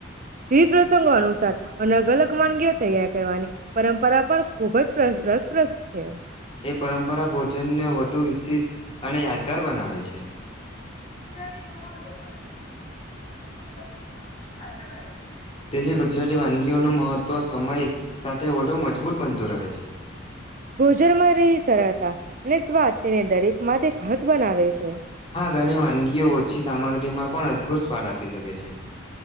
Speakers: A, on the right; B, on the left.
A: વિપ્રસંગો અનુસાર અનગ અલગ ક વાનગીઓ તૈયાર કરવાની પરંપરા પણ ખુબ જ પ્રશ રસપ્રસત છે.
B: એ પરંપરા ભોજનને વધુ વિશિષ અને યાદગાર બનાવે છે. ગુજરાતી ખાવાનો લોગોના જીવનમાં આનંદ અને સંતોષ લાવવાનું કાર્ય કરે છે તેથી ગુજરાતી વાનગીઓ ન મહત્વ સમય.. સાથે વધુ મજબૂત બનતું રહે છે.
A: ભોજન માં રહી સરળતા અને દરેક. એમાંથી ઘઠ બનાવે છે.
B: હા ઘણી વાનગીઓ ઓછી સામગ્રીમાં. પણ અદભુત સ્વાદ આપી શકે છે.